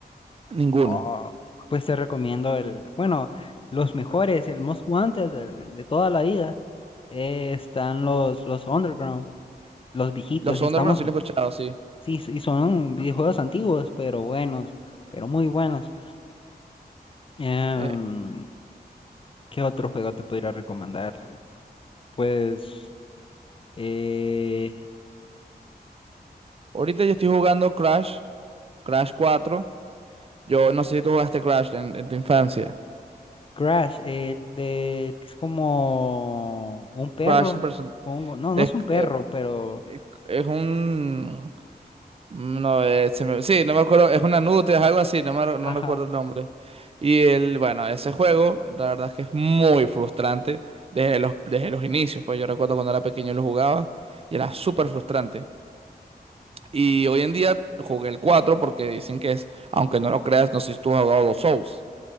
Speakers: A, on the right; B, on the left.
A: ninguno.
B: Oh, pues te recomiendo el, bueno, los mejores, el Most Wanted de de, toda la vida, eh, están los, los Underground, los viejitos,
A: Los
B: y
A: Underground
B: estamos,
A: sí lo he escuchado, sí.
B: sí, y son videojuegos antiguos, pero buenos, pero muy buenos. Em,
A: Eh,
B: ¿qué otro juego te podría recomendar? Pues, eh,
A: ahorita yo estoy jugando Crash, Crash cuatro Yo no sé si tú jugaste Crash en, en tu infancia.
B: Crash, el de- que es como un perro.
A: Crash el person-
B: Pongo. No, no
A: es,
B: es un perro,
A: eh,
B: pero.
A: es, es un, Mm, No, eh, se me- sí, no me acuerdo, es una nutria, es algo así, no me, no
B: Ajá.
A: recuerdo el nombre. Y el, bueno, ese juego, la verdad es que es muy frustrante desde los, desde los inicios, pues yo recuerdo cuando era pequeño lo jugaba y era súper frustrante. Y hoy en día jugué el 4 porque dicen que es, aunque no lo creas, no sé si tú has jugado los Souls,